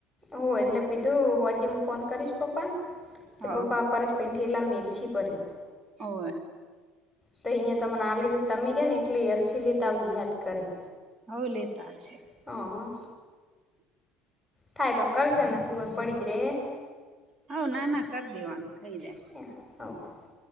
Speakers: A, in the centre; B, on the right (about 30°).
A: હોવે એટલે પીધું હોજે મુ ફોન કરીશ પપ્પા ન. તો
B: હા
A: પપ્પા પરેશ એન ઠેલા મ મેલશે પરી
B: હોવ.
A: તો ઈય તમન આ લઈ દેત. તમે ગયા ન એટલે એલસી લેતાવ જો યાદ કરીન.
B: હવ, લેતા આવશે.
A: હા. થાય તો કરશે, નકી ઓય પડી જ રેહે.
B: હવ, ના, ના કર દેવાનું થઈ જાય
A: <unintelligible>